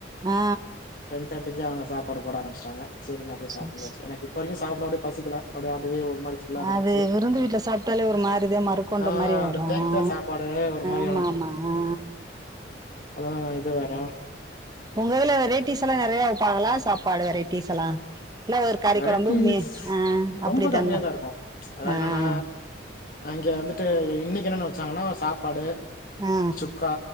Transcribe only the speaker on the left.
டென் தேர்ட்டிக்கு அங்க சாப்பாடு போட ஆரமிச்டாங்க செரி நா போய் சாப்டு
வந்தாச்சு
எனக்கு இப்ப வரைக்கு சாப்ட ஒடேப் பசிக்கில அப்டே அதுவே ஒரு மாரி ஃபுல்லா இருந்துச்சு
ஆ
அந்த
டேக்வே சாப்பாடு ஒரு மாரி
அளதா இது வேற
வெரைட்டிஸ்
ரொம்ப
கம்மியா தான் இருக்கும் அதாவது
என்னன்னா
அங்க வந்துட்டு இன்னைக்கு என்னனு வச்சாங்கனா சாப்பாடு
சுக்கா